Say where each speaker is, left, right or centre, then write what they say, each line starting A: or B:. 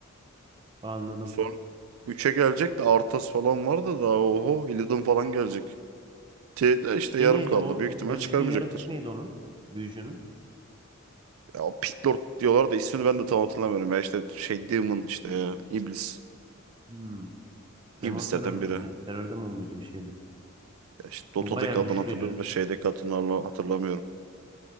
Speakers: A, on the right (about 25°); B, on the right (about 80°).
A: Anladım.
B: Son üçe gelecek de Arthas falan var da daha oho Illidan falan gelecek. Şey de işte
A: Şey
B: yarım
A: neydi
B: kaldı.
A: o
B: Büyük ihtimal
A: dönüştüğü
B: çıkarmayacaktır.
A: yaratık neydi onun? Büyücünün.
B: Ya o Pit Lord diyorlar da ismini ben de tam hatırlamıyorum. Ya işte şey Demon işte ya. İblis.
A: Hmm. Demon
B: İblislerden
A: terör müydü
B: biri. Ya
A: ne? Terör demon muydu bir şeydi.
B: işte Dota'daki
A: Bu bayağı
B: adını
A: güçlüydü.
B: hatırlıyorum da şeydeki adını hala- hatırlamıyorum.